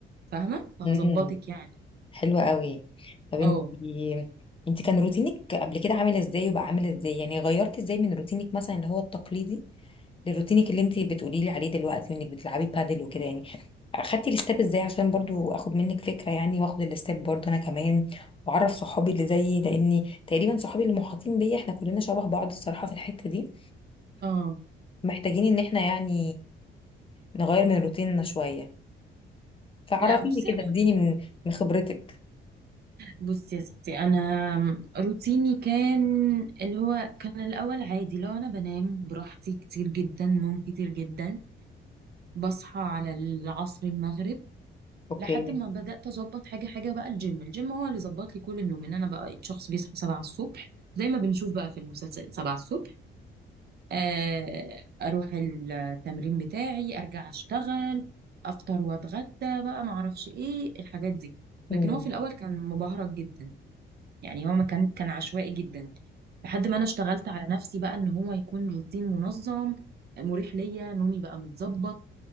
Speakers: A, on the right; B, on the left.
A: فاهمة فهظبطك
B: امم
A: يعني
B: حلوة قوي طب
A: اه
B: انت انت كان روتينك قبل كده عامل ازاي وبقى عامل ازاي يعني غيرت ازاي من روتينك مثلا اللي هو التقليدي لروتينك اللي انت بتقولي لي عليه دلوقتي وانك بتلعبي بادل وكده يعني اخدتي الاستاب ازاي عشان برضو اخد منك فكره يعني واخد الاستاب برضو انا كمان واعرف صحابي اللي زيي لاني تقريبا صحابي اللي محاطين بيا احنا كلنا شبه بعض الصراحه في الحته دي
A: اه
B: محتاجين ان احنا يعني نغير من روتيننا شويه فعرفيني
A: لا بصي
B: كده
A: أنا-
B: اديني من من خبرتك
A: بصي يا ستي انا روتيني كان اللي هو كان الاول عادي لو انا بنام براحتي كتير جدا نوم كتير جدا بصحى على العصر المغرب
B: اوكي
A: لحد ما بدأت أظبط حاجة حاجة بقى الجيم الجيم هو اللي ظبط لي كل النوم إن أنا بقى شخص بيصحى سبعة الصبح زي ما بنشوف بقى في المسلسلات سبعة الصبح آه، أروح التمرين بتاعي أرجع أشتغل أفطر وأتغدى بقى معرفش إيه الحاجات دي
B: مم.
A: لكن هو في الأول كان مبهرج جدا يعني هو ما كان كان عشوائي جدا لحد ما أنا اشتغلت على نفسي بقى إن هو يكون روتين منظم مريح ليا نومي بقى متظبط